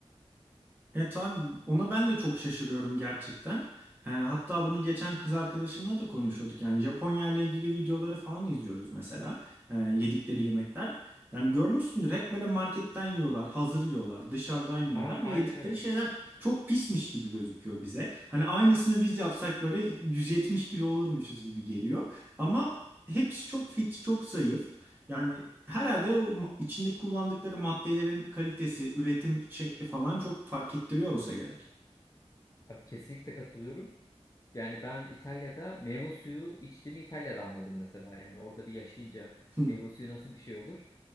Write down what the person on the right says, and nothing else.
Evet abi ona ben de çok şaşırıyorum gerçekten. Ee, hatta bunu geçen kız arkadaşımla da konuşuyorduk. Yani Japonya ile ilgili videoları falan izliyoruz mesela. Ee, yedikleri yemekler. Yani görmüşsündür hep böyle marketten yiyorlar, hazır yiyorlar, dışarıdan yiyorlar
ve
yedikleri
şeyler çok pismiş gibi gözüküyor bize. Hani aynısını biz yapsak böyle 170 kilo olurmuşuz gibi geliyor. Ama hepsi çok fit, çok zayıf. Yani herhalde o içindeki kullandıkları maddelerin kalitesi, üretim şekli falan çok fark ettiriyor olsa gerek.
Hı,